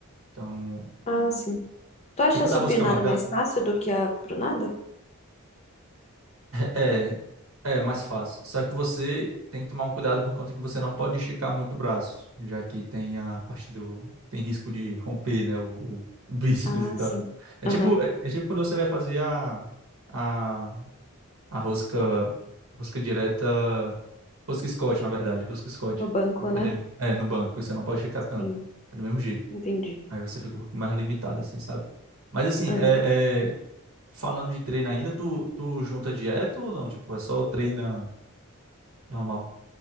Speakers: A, on the right; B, on the left.
A: Então,
B: Ah, sim. Tu acha
A: tipo
B: a
A: da
B: supinada
A: rosca martelo.
B: mais fácil do que a pronada?
A: É, é mais fácil. Só que você tem que tomar um cuidado por conta que você não pode esticar muito o braço, já que tem a parte do. Tem risco de romper, né? O, o, o <laughs> bíceps
B: Ah,
A: e tal.
B: sim.
A: É
B: Aham.
A: tipo, é, é tipo quando você vai fazer a, a, a rosca, rosca direta, rosca Scott, na verdade, rosca Scott,
B: No banco,
A: na academia.
B: né?
A: É, no banco, você não pode esticar
B: Sim,
A: tanto. É do mesmo jeito.
B: entendi.
A: Aí você fica um pouco mais limitado, assim, sabe? Mas assim,
B: Aham.
A: é, é, falando de treino ainda, tu, tu junta dieta ou não? Tipo, é só treina. Normal.